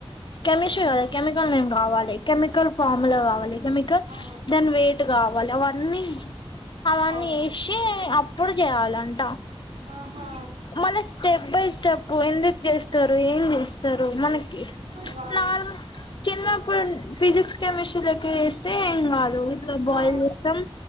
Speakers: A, on the left; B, on the right.
A: కెమిస్ట్రీ కదా కేమి మేము రావాలి
B: ఆ
A: కెమికల్ ఫామ్ లో కావాలి కేమికల్
B: ఆ
A: దాని వేట్ వేట్ కావాలి అవన్నీ అవన్నీ
B: అవునా
A: ఎశే ఇపుడు చేయాలంట
B: ఆహా
A: మళ్ళ స్టెప్ బై స్టెప్ ఎందుకు చేస్త్ చేస్తారు ఏం చేస్తారు మనకి
B: వామ్మో
A: నార్మల్ చిన్నప్పుడు ఫిజిక్స్ కెమిస్ట్రీ లో కి వేస్తే ఏం కాదు ఇట్లా బాయిల్
B: ఆ
A: చేస్తాం